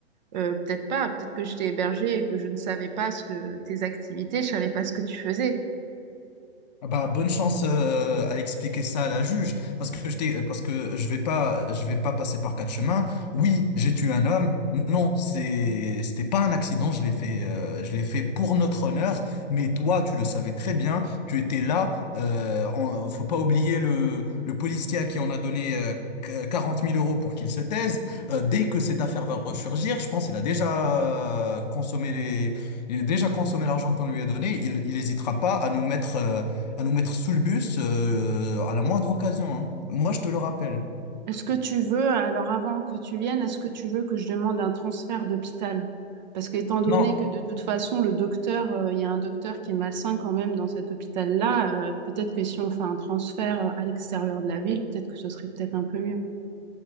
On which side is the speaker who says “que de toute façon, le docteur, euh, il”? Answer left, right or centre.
Right